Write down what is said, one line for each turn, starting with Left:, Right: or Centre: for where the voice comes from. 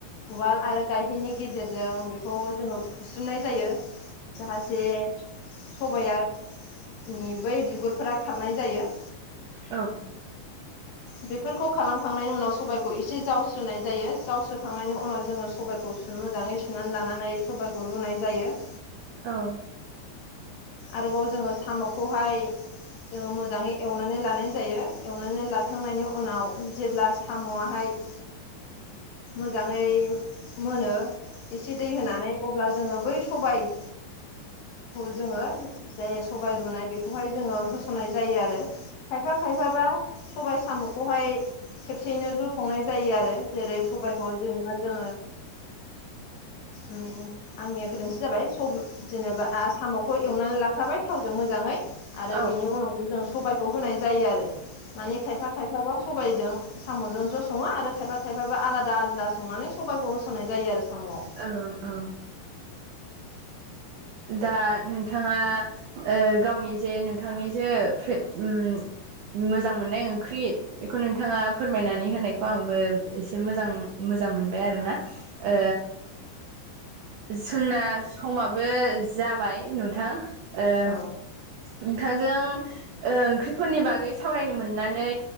Left: वाल आरो गाहेनि गे जेरजों बेखौ जोङो खुस्रुनाय जायो जाहाथे सबाया नि बै बिगुरफोरा खारनाय जायो।
Right: औ
Left: बेफोरखौ खालामखांनायनि उनाव सबाइखौ एसे जावस्रोनाय जायो जावस्रोखांनायनि उनाव जोङो सबायखौ गु मोजाङै सुनानै लानानै सबाइखौ रुनाय जायो
Right: औ
Left: आरोबाव जोङो साम'खौहाय जोङो मोजाङै एवनानै लानाय जायो एवनानै लाखांनायनि उनाव जेब्ला साम'आहाय मोजाङै मोनो एसे दै होनानै अब्ला जोङो बै सबाय खौ जोङो जाय सबाय रुनाय बेखौहाय जोङो होस'नाय जायो आरो खायफा खायफाबा सबाइ साम'खौहाय खेबसेयैनो ज' संनाय जायो आरो जेरै सबाइखौ जों जोङो उम आंनिया गोरोन्थि जाबाय स जेनेबा आं साम'खौ एवनानै लाखाबाय थावजों मोजाङै आरो
Right: ओ
Left: बिनि उनावनो जों सबाय खौ होनाय जायो आरो मानि खायफा खायफाबा सबायजों साम'जों ज' सङो आरो खायफा खायफाबो आलादा आलादा संनानै सबाइखौ होस'नाय जायो आरो साम'आव
Right: औ औ दा नोंथाङा ओ गावनि जे नोंथांनि जे <unintelligible> उम मोजां मोननाय ओंख्रि बेखौ नोंथाङा फोरमायनानै होनायखौ आंबो एसे मोजां मोजां मोनबाय आरो ना
Left: औ
Right: ओ जोंना समाबो जाबाय नोंथां ओ
Left: औ
Right: नोंथांजों ओ ओंख्रिफोरनि बागै सावरायनो मोननानै